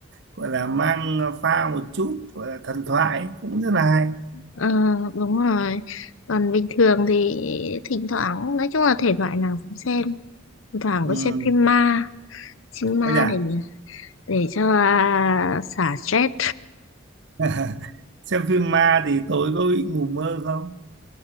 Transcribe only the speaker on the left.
Ờ, đúng rồi. Còn bình thường thì thỉnh thoảng, nói chung là thể loại nào cũng xem. Thỉnh thoảng
có xem phim ma, phim
ma
để để cho à, xả stress.